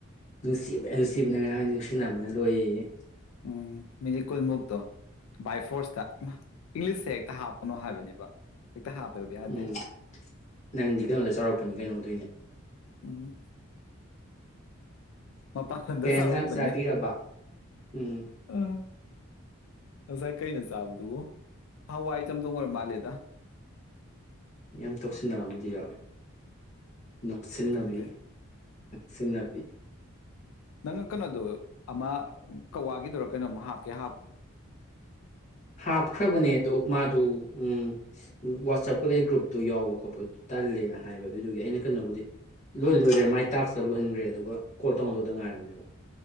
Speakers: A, on the left (about 35°); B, on the left (about 80°).
A: ꯅꯨꯡꯁꯤꯕ ꯅꯨꯡꯁꯤꯕꯅ ꯉꯔꯥꯡ ꯅꯨꯡꯁꯤꯅꯕꯅ ꯂꯣꯏꯌꯦꯌꯦ
B: ꯎꯝ ꯃꯅꯤꯀꯨꯜ ꯃꯨꯛꯇꯣ ꯕꯥꯏ ꯐꯣꯔꯁ ꯇ ꯏꯪꯂꯤꯁ ꯍꯦꯛꯇ ꯍꯥꯞꯄꯣ ꯑꯃ ꯍꯥꯏꯕꯅꯦꯕ ꯍꯦꯛꯇ ꯍꯥꯞꯄꯦꯕ ꯌꯥꯗꯦ
A: ꯎꯝ ꯅꯪꯗꯤ ꯀꯩꯅꯣꯗ ꯆꯥꯎꯔꯛꯄꯅꯤ ꯀꯩꯅꯣ ꯑꯗꯨꯣꯏꯅꯦ
B: ꯎꯝ ꯃꯄꯥꯡꯗ
A: ꯀꯩ
B: ꯁꯔꯣꯛꯛꯄꯅꯤ
A: ꯌꯦꯟꯖꯥꯡ ꯆꯥꯕꯤꯔꯕ ꯎꯝ
B: ꯑ ꯁꯥꯏ ꯀꯩ ꯅ ꯆꯥꯕꯗꯨ ꯍꯑꯋꯥꯑꯣꯏ ꯆꯝꯊꯣꯪ ꯑꯣꯏꯔꯕꯥ ꯃꯜꯂꯦꯗꯥ
A: ꯌꯥꯝ ꯇꯧꯁꯤꯟꯅꯕ ꯑꯃꯗꯤ ꯌꯥꯎꯋꯦ ꯅꯞꯁꯤꯟꯅꯕꯤ
B: ꯈꯪꯗꯦ
A: ꯁꯤꯟꯅꯕꯤꯕꯤ
B: ꯅꯪ ꯀꯩꯅꯣꯗꯣ ꯑꯃ ꯀꯋꯥꯒꯤꯗꯨꯔꯥ ꯀꯩꯅꯣꯝꯃ ꯍꯥꯞꯀꯦ ꯍꯥꯞꯄ
A: ꯍꯥꯞ ꯈ꯭ꯔꯕꯅꯤ ꯑꯗꯣ ꯃꯥꯗꯨ ꯎ ꯋꯥꯆꯞꯀꯗꯩ ꯒ꯭ꯔꯨꯞꯇꯨ ꯌꯥꯎꯕ ꯈꯣꯠꯄꯗꯨ ꯇꯜꯂꯦꯅ ꯍꯥꯏꯕ ꯑꯗꯨꯏꯗꯨꯒꯤ ꯑꯩꯅ ꯀꯩꯅꯣꯕꯨꯗꯤ ꯂꯣꯏ ꯂꯣꯏꯈ꯭ꯔꯦ ꯃꯥꯏ ꯇꯥꯛꯁꯇ ꯂꯣꯏꯍꯟꯈ꯭ꯔꯦ ꯑꯗꯨꯒ ꯀꯣꯜ ꯇꯧꯅꯜꯂꯗ ꯉꯥꯏꯔꯕꯅꯦꯕ